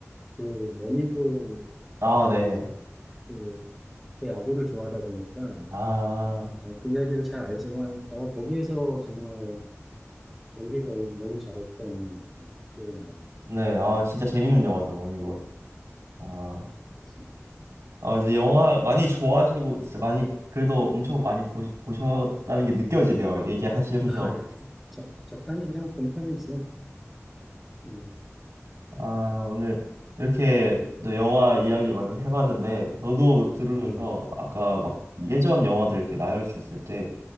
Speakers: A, in the centre; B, on the right.
A: 그 머니볼이라는
B: 아, 네.
A: 그, 제 야구를 좋아하다 보니까
B: 아,
A: 어, 그 이야기를 잘 알지만 어, 거기에서 정말 연기를 너무 잘했던 기억이 나요.
B: 네. 아, 진짜 재밌는 영화죠, 러니볼. 아,
A: 네,
B: 아, 이제 영화 많이 좋아하시고, 진짜 많이, 그래도 엄청 많이 보, 보셨다는 게 느껴지네요. 얘기하시면서.
A: 아, 예. 저, 저 땅이 그냥 곰탕이었어요. 예,
B: 아, 오늘 이렇게 또 영화 이야기 많이 해봤는데, 저도 들으면서
A: 네,
B: 아까 막 예전 영화들 이렇게 나열해 주셨을 때,